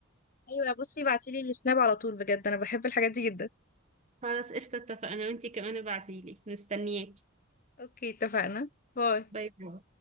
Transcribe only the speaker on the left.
ايوه بصي بعتيلي السناب على طول بجد انا بحب الحاجات دي جدا
اوكي اتفقنا باي